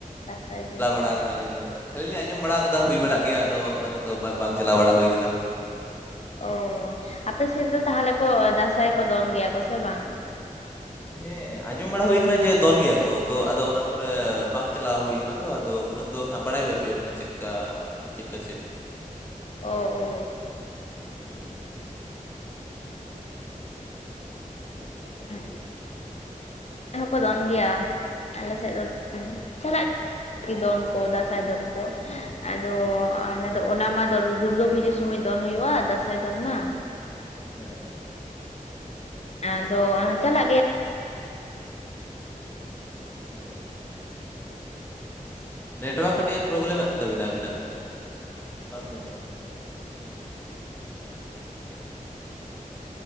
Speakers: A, on the left; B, on the left.
A: ᱫᱟᱸᱥᱟᱭ ᱫᱚᱱ?
B: <unintelligible> ᱟᱠᱟᱱᱟ ᱟᱞᱤᱧ ᱫᱚ ᱟᱹᱞᱤ ᱞᱤᱧ ᱟᱸᱡᱚᱢ ᱵᱟᱲᱟ ᱟᱠᱟᱫᱟ ᱦᱩᱭ ᱵᱟᱲᱟᱜ ᱜᱮᱭᱟ ᱟᱫᱚ ᱚᱱᱟ ᱠᱚᱫᱚ ᱵᱟᱝ ᱵᱟᱝ ᱪᱟᱞᱟᱣ ᱵᱟᱲᱟ ᱦᱩᱭ ᱟᱠᱟᱱᱟ᱾
A: ᱚ <unintelligible> ᱟᱯᱮ ᱥᱮᱫ ᱫᱚ ᱛᱟᱦᱚᱞᱮ ᱠᱚ ᱫᱟᱸᱥᱟᱭ ᱠᱚ ᱫᱚᱱ ᱜᱮᱭᱟ ᱠᱚ ᱥᱮ ᱵᱟᱝ?
B: ᱦᱮᱸ ᱟᱸᱡᱚᱢ ᱵᱟᱲᱟ ᱦᱩᱭ ᱟᱠᱟᱱᱟ ᱡᱮ ᱫᱚᱱ ᱜᱮᱭᱟ ᱠᱚ ᱛᱚ ᱟᱫᱚ ᱚᱱᱟ ᱠᱚᱨᱮ ᱵᱟᱝ ᱪᱟᱞᱟᱣ ᱦᱩᱭ ᱟᱠᱟᱱᱟ᱾ ᱛᱚ ᱟᱫᱚ ᱩᱱᱟᱹᱜ ᱫᱚ ᱦᱟᱸᱜ ᱵᱟᱲᱟᱭ ᱵᱟᱹᱪᱩᱜᱼᱟ ᱢᱟᱱᱮ ᱪᱮᱫᱠᱟ ᱪᱮᱫᱠᱟ ᱪᱮᱫ
A: ᱚ ᱚ
B: ᱤᱭᱟᱹ ᱠᱚ ᱦᱩᱸ
A: <unintelligible> ᱟᱞᱮ ᱦᱚᱸᱠᱚ ᱫᱚᱱ ᱜᱮᱭᱟ ᱟᱞᱮ ᱥᱮᱫ ᱫᱚ ᱪᱟᱞᱟᱜ
B: ᱚ
A: <unintelligible> ᱫᱚᱱ ᱠᱚ ᱫᱟᱸᱥᱟᱭ ᱫᱚᱱ ᱠᱚ ᱟᱫᱚ
B: ᱦᱮᱸ
A: ᱟᱨ ᱚᱱᱟᱫᱚ ᱚᱱᱟ ᱢᱟ ᱫᱩᱨᱜᱟᱹ ᱯᱩᱡᱟᱹ ᱥᱚᱢᱚᱭ ᱫᱚᱱ ᱦᱩᱭᱩᱜᱼᱟ ᱫᱟᱸᱥᱟᱭ ᱫᱚᱱ ᱢᱟ᱾
B: ᱦᱮᱸ ᱦᱮᱸ
A: ᱟᱫᱚ ᱪᱟᱞᱟᱜ ᱜᱮᱭᱟ
B: ᱦᱮᱸ <unintelligible> ᱱᱮᱴᱳᱣᱟᱨᱠ ᱠᱟᱹᱴᱤᱡ ᱮ ᱯᱨᱚᱵᱞᱮᱢᱮᱫ ᱛᱟᱹᱵᱤᱱᱟ ᱟᱹᱵᱤᱱᱟᱜ <unintelligible> ᱵᱟᱝ ᱟᱸᱡᱚᱢᱚᱜ ᱠᱟᱱᱟ᱾